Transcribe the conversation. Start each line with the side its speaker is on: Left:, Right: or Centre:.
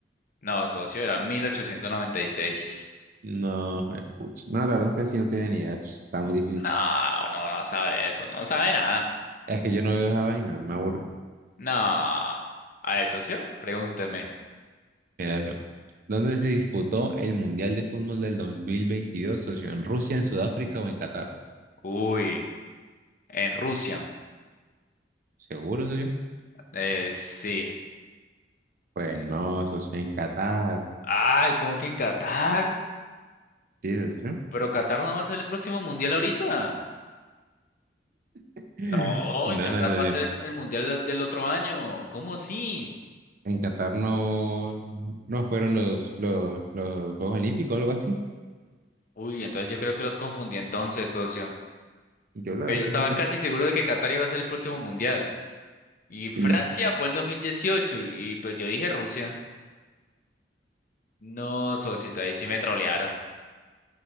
Left: No, socio, era 1896.
Right: No, me puch. No, la verdad es que así no tenía ni idea. Está muy difícil.
Left: No, no, no sabe eso, no sabe nada.
Right: Es que yo no veo esa vaina, me aburre.
Left: No. A ver, socio, pregúnteme.
Right: Mira yo. ¿Dónde se disputó el Mundial de Fútbol del 2022, socio? ¿En Rusia, en Sudáfrica o en Qatar?
Left: Uy, en Rusia.
Right: ¿Seguro, socio?
Left: Eh, sí.
Right: Pues no, socio, en Qatar.
Left: Ay, ¿cómo que en Qatar?
Right: ¿Sí, socio?
Left: Pero Qatar no va a ser el próximo mundial ahorita.
Right: <laughs>
Left: No,
Right: No,
Left: en Qatar
Right: no, socio.
Left: va a ser el, el mundial del del otro año. ¿Cómo así?
Right: En Qatar no, no fueron los, los, los Juegos Olímpicos o algo así.
Left: Uy, entonces yo creo que los confundí entonces, socio.
Right: Yo la
Left: Que
Right: verdad
Left: yo
Right: es
Left: estaba
Right: que no sé.
Left: casi seguro de que Qatar iba a ser el próximo mundial. Y Francia
Right: Mm.
Left: fue el 2018 y, y pues yo dije Rusia. No, socio, ahí sí me trolearon.